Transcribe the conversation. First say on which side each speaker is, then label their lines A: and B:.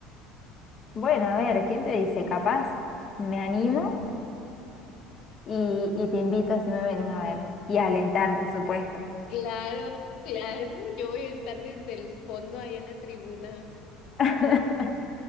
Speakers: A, on the left; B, on the left.
A: Bueno, a ver, ¿quién te dice? Capaz me animo y, y te invito si me venís a ver y a alentar, por supuesto.
B: Claro, claro, yo voy a estar desde el fondo ahí en la tribuna.
A: <laughs>